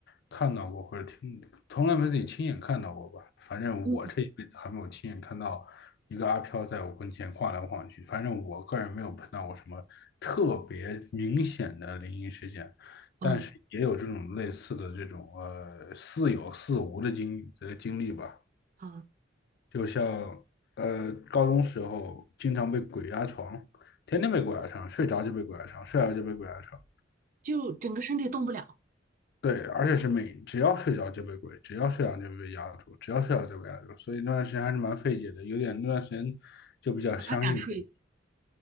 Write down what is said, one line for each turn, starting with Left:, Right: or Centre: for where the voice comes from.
Left: 看到过，或者听，从来没自己亲眼看到过吧。反正我这一辈子还没有亲眼看到一个阿飘在我跟前晃来晃去。
Right: 嗯，
Left: 反正我个人没有碰到过什么特别明显的灵异事件，
Right: 哦
Left: 但是也有这种类似的这种呃似有似无的经呃经历吧。
Right: 啊，
Left: 就像呃高中时候经常被鬼压床，天天被鬼压床，睡着就被鬼压床，睡着就被鬼压床。
Right: 就整个身体动不了，
Left: 对，而且是每只要睡着就被鬼，只要睡着就被压住，只要睡着就被压住，所以那段时间还是蛮费解的，有点那段时间就比较相信这个
Right: 把他赶睡